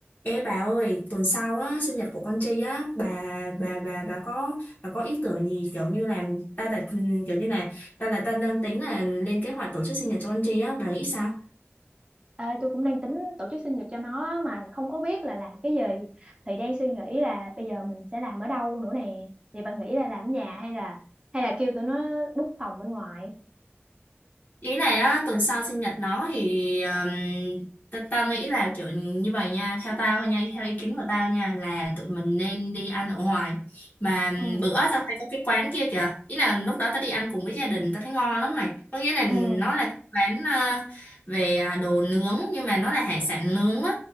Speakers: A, on the left (about 40°); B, on the right (about 20°).
A: Ê bà ơi, tuần sau á, sinh nhật của con Tri á, bà bà bà bà có bà có ý tưởng gì kiểu như là ta là ừ, kiểu như là ta là ta đang tính là lên kế hoạch tổ chức sinh nhật cho con Tri á, bà nghĩ sao?
B: Ê, tôi cũng đang tính tổ chức sinh nhật cho nó á, mà không có biết là làm cái gì thì đang suy nghĩ là bây giờ mình sẽ làm ở đâu nữa nè thì bạn nghĩ là làm ở nhà hay là hay là kêu tụi nó book phòng bên ngoài
A: ý này á tuần sau sinh nhật nó thì um, ta, ta nghĩ là kiểu như vậy nha theo tao thôi nha theo ý kiến của tao nha là tụi mình nên đi ăn ở ngoài mà um,
B: Ừ.
A: bữa tao thấy có cái quán kia kìa ý là lúc đó tao đi ăn cùng với gia đình tao thấy ngon lắm này có nghĩa là
B: ừ
A: nó là quán à, về à, đồ nướng nhưng mà nó là hải sản nướng á